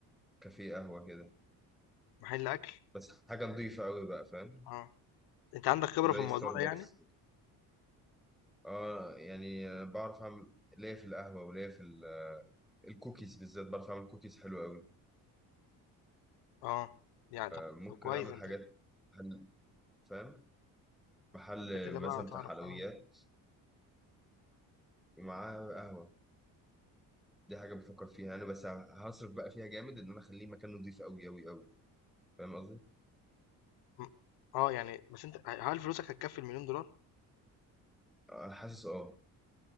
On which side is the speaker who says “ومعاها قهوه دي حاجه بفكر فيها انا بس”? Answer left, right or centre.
Centre